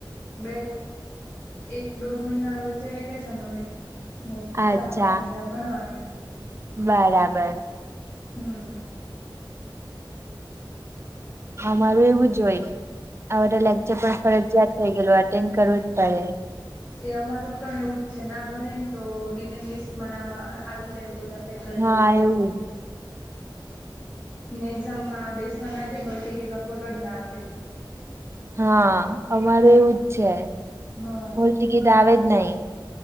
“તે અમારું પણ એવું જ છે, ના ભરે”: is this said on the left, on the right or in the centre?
Left